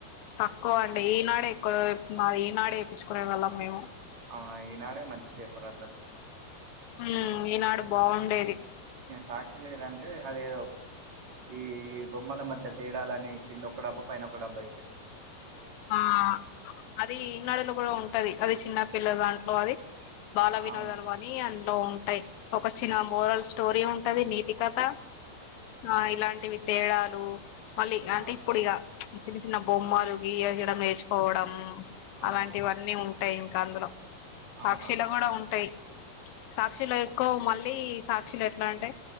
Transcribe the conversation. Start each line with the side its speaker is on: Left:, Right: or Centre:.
Left: తక్ క్కువ అంటే ఈనాడే ఎక్కువ మా ఈనాడే వేపిచ్చుకునే వాళ్ళం మేము
Right: అవునా ఈనాడే మంచి పేపర్ అసలు
Left: ఆ అయిన ఆడ బాగుండేది
Right: సాక్షి లేదంటే అదేదో ఈ ఈ బొమ్మల మధ్య తేడాలని కింద ఒక డబ్బా పైన ఒక డబ్బా ఎ
Left: ఆ అది ఇన్డులో కూడా ఉంటది అది చిన్న పిల్ల దాంట్లో అది బాల వినోదాలు
Right: అవును
Left: అని అందులో ఉంటాయి ఒక చిన మోరల్ స్టోరీ ఉంటది నీతికథ ఆ ఇలాంటివి తేడాలు మళ్ళీ
Right: ఆ
Left: అంటే ఇప్పుడు ఇక చిన్న చిన్న బొమ్మ నేర్చుకోవడం
Right: అవును
Left: అలాంటివన్నీ ఉంటాయి ఇంక అందులో
Right: అవునా
Left: సాక్షిలు కూడ ఉంటాయి సాక్షులో ఎక్కువ మళ్ళీ సాక్షులో ఎట్లా అంటే